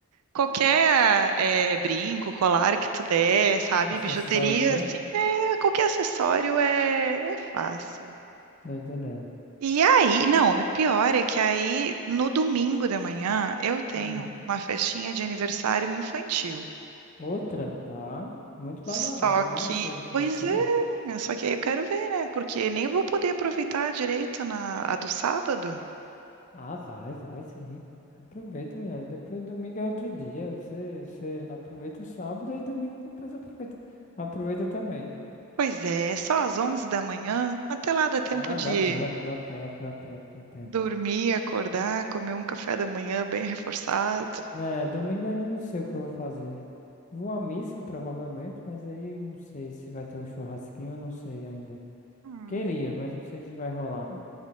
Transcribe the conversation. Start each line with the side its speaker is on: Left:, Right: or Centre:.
Right: qualquer eh, brinco, colar que tu der, sabe?
Left: É um Acessório,
Right: Bijuteria,
Left: né?
Right: assim, é, qualquer acessório é, é fácil.
Left: Tô entendendo.
Right: E aí, não, o pior é que aí no domingo de manhã eu tenho
Left: Hum.
Right: uma festinha de aniversário infantil.
Left: Outra, tá. Muito
Right: Só
Left: badalado, né?
Right: que,
Left: Seu final
Right: pois
Left: de semana.
Right: é, só que aí eu quero ver, né? Porque nem vou poder aproveitar direito na a do sábado.
Left: Ah, vai, vai, sim. Aproveita, mulher. Depois domingo é outro dia. Você, você aproveita o sábado e domingo depois aproveita. Aproveita também.
Right: Pois é, só às 11 da manhã. Até lá dá tempo
Left: Ah,
Right: de
Left: dá tempo, dá tempo, dá tempo, dá tempo.
Right: dormir, acordar, comer um café da manhã bem reforçado.
Left: Né, domingo eu ainda não sei o que eu vou fazer. Vou à missa, provavelmente, mas aí não sei se vai ter um churrasquinho, eu não sei ainda.
Right: Hum.
Left: Queria, mas não sei se vai rolar, não.